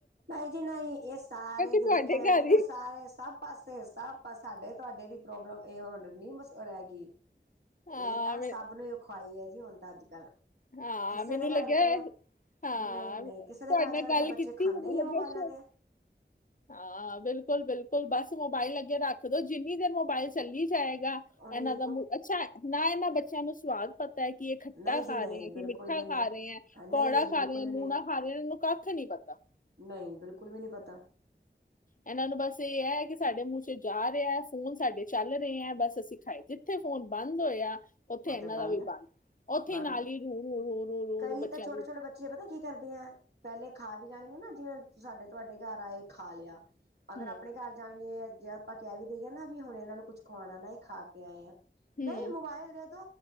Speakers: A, on the right; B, on the left.
A: ਨਹੀਂ ਜੀ ਨਹੀਂ ਇਹ ਸਾਰੇ ਜੇ
B: ਤੁਹਾਡੇ
A: ਦੇਖਿਆ ਜਾਵੇ
B: ਘਰ ਹੀ
A: ਤਾਂ ਸਾਰੇ ਸਭ ਪਾਸੇ ਸਭ ਸਾਡੇ ਤੁਹਾਡੇ ਦੀ ਪ੍ਰੋਬਲਮ ਇਹਏ ਹਣ ਨ ਮਸ ਉਹ ਰਹ ਗੀ। ਇਹ
B: ਹਾਂ
A: ਤਾਂ
B: ਮੈਂ-
A: ਸਭ ਨੂੰ ਖਵਾਈ ਹੈ। ਨਹੀ ਹੁੰਦਾ ਅੱਜ ਕੱਲ੍ਹ
B: ਹਾਂ
A: ਕਿਸੇ
B: ਮੈਨੂੰ
A: ਦੇ ਘਰ
B: ਲੱਗਿਆ
A: ਵਿੱਚ
B: ਹਾਂ।
A: ਨਹੀਂ ਨਹੀਂ
B: ਤੁਹਾਡੇ
A: ਕਿਸੇ ਦੇ ਘਰ
B: ਨਾਲ
A: ਚਲਾ
B: ਗੱਲ
A: ਜਾ ਬੱਚੇ
B: ਕੀਤੀ
A: ਖਾਂਦੇ
B: ਕੀਹੋਜਾ
A: ਹੀ ਆ
B: ਲੱਗਿਆ
A: ਮੋਬਾਇਲਾਂ
B: ਹੈ। ਸ਼ੋਪ
A: ਤੇ
B: ਹਾਂ ਬਿਲਕੁਲ- ਬਿਲਕੁਲ ਬਸ ਮੋਬਾਇਲ ਅੱਗੇ ਰੱਖ ਦੋ ਜਿੰਨੀ ਦੇਰ ਮੋਬਾਇਲ ਚੱਲੀ ਜਾਏਗਾ
A: ਓਨੀ
B: ਇਹਨਾਂ ਦਾ ਅੱਛਾ ਨਾ ਇਹਨਾਂ ਬੱਚਾ ਇਹ ਨੂੰ ਸਵਾਦ ਪਤਾ ਏਹ ਕਿ ਇਹ ਖੱਟਾ
A: ਨਹੀਂ ਜੀ
B: ਖਾ
A: ਨਹੀ
B: ਰਹੇ ਹੈ
A: ਬਿਲਕੁਲ
B: ਕਿ ਮਿੱਠਾ
A: ਵੀ ਨਹੀਨਹੀ
B: ਖਾ ਰਹੇ ਹੈ ਕੌੜਾ
A: ਜੀ
B: ਖਾ
A: ਬਿਲਕੁਲ
B: ਰਹੇ ਹੈ
A: ਵੀ ਨਹੀ-ਨਹੀ
B: ਲੂਣਾ ਖਾ ਰਹੇ ਹੈ ਇਹਨਾਂ ਨੂੰ ਕੱਖ ਨਹੀਂ ਪਤਾ
A: ਬਿਲਕੁਲ ਵੀ ਨਹੀ ਪਤਾ।
B: ਇਹਨਾਂ ਨੂੰ ਬਸ ਇਹ ਹੈ, ਕਿ ਸਾਡੇ ਮੂੰਹ ਚ ਜਾ ਰਿਹਾ ਫੋਨ ਸਾਡੇ ਚੱਲ ਰਹੇ ਹੈ, ਬਸ ਅਸੀ ਖਾਏ ਜਿੱਥੇ ਫੋਨ ਬੰਦ ਹੋਇਆ ਉੱਥੇ
A: ਉਹ
B: ਇਹਨਾਂ
A: ਤੇ ਬੰਦ-ਬੰਦ
B: ਦਾ ਵੀ ਬੰਦ ਉੱਥੇ ਹੀ ਨਾਲ ਹੀ ਰੂ ਰੂ ਰੂ ਰੂ ਰੂ
A: ਕਈ
B: ਰੂ ਬੱਚਿਆਂ
A: ਤਾਂ ਛੋਟੇ-ਛੋਟੇ
B: ਦੀ
A: ਬੱਚੇ ਪਤਾ ਕੀ ਕਰਦੇ ਆ ਪਹਿਲੇ ਖਾ ਵੀ ਲੈਣੀ ਆ ਨਾ ਜਿਵੇਂ ਸਾਡੇ ਤੁਹਾਡੇ ਘਰ ਆਏ ਖਾ ਲਿਆ ਅਗਰ
B: ਹੂੰ
A: ਆਪਣੇ ਘਰ ਜਾਣਗੇ। ਜੇ ਆਪਾਂ ਕਹਿ ਵੀ ਦੇਈਏ, ਨਾ ਵੀ ਹੁਣ ਇਹਨਾਂ ਨੂੰ ਕੁਛ ਖਾਣਾ ਨਾ ਇਹ ਖਾ ਕੇ ਆਏ ਆ। ਨਹੀਂ
B: ਹੂੰ
A: ਮੋਬਾਇਲ ਦੇ,